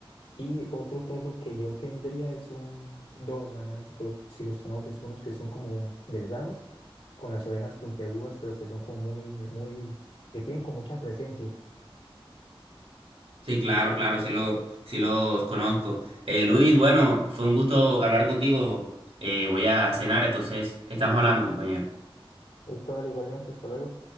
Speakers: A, on the left; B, on the right.
A: Y otro perro que yo tendría es un Doberman, no sé si, colo- si los conoces, unos que son como delgados, con las orejas puntiagudas, pero que son como muy, muy, que tienen con mucha presencia.
B: Sí, claro, claro, sí, lo, sí los conozco. Eh, Luis, bueno, fue un gusto hablar contigo. Eh, voy a cenar, entonces estamos hablando, compañero.
A: Esto, igualmente, hasta luego.